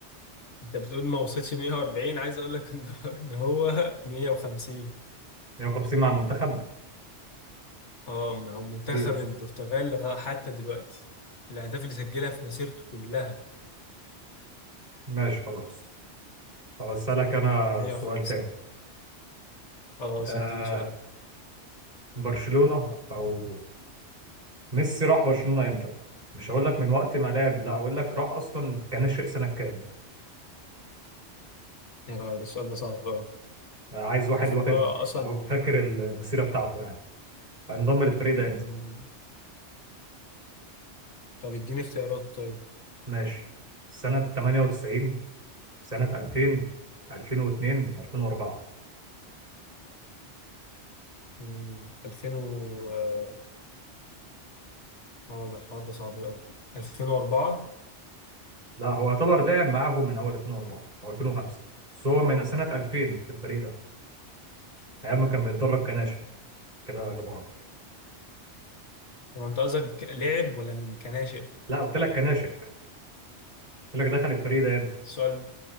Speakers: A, on the left; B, on the right.
A: انت بتقول ما وصلش 140 عايز اقول لك ان <laughs> إن هو 150
B: 150 مع المنتخب
A: اه مع منتخب
B: ايه يا اسطى
A: البرتغال لغا- حتى دلوقتي الأهداف اللي سجلها في مسيرته كلها
B: ماشي خلاص طب اسالك انا
A: 150
B: سؤال تاني
A: اه
B: آه
A: اديني سؤال
B: برشلونه او ميسي راح برشلونه امتى مش هقول لك من وقت ما لعب لا هقول لك راح اصلا كان ناشئ سنه كام
A: يا لهوي، ده السؤال ده صعب أوي
B: آه، عايز واحد
A: أنا فاكر
B: واخد
A: إن هو أصلا
B: أو فاكر المسيره بتاعته يعني انضم للفريق ده
A: مم، طب اديني اختيارات طيب
B: ماشي سنة 98 سنة 2000 2002 2004
A: مم، 2000 و اه آه، ده الحوار ده صعب أوي 2004
B: لا هو يعتبر لعب معاهم من أول 2004 أو 2005 بس هو من سنة 2000 في الفريق ده أيام ما كان بيتدرب كناشئ كده جاب عرض
A: هو أنت قصدك لعب ولا من كناشئ؟
B: لا قلت لك كناشئ قلت لك دخل الفريق ده أنت
A: السؤال